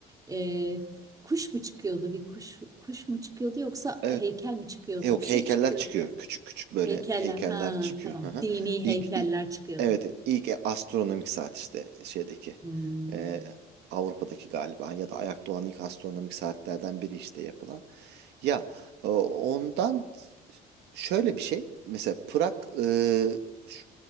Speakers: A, on the right; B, on the right.
A: E, kuş mu çıkıyordu? Bir kuş, kuş mu çıkıyordu yoksa
B: Evet.
A: heykel mi çıkıyordu?
B: E, Yok
A: Bir şey
B: heykeller
A: çıkıyordu
B: çıkıyor.
A: ya.
B: Küçük küçük böyle
A: Heykeller.
B: heykeller
A: Ha
B: çıkıyor.
A: tamam.
B: Hı hı.
A: Dini
B: İlk,
A: heykeller
B: i-
A: çıkıyordu.
B: evet ilk e, astronomik saat işte şeydeki
A: Hmm.
B: e, Avrupa'daki galiba ya da ayakta olan ilk astronomik saatlerden biri işte yapılan. Ya e, ondan şöyle bir şey mesela Prag e, şu-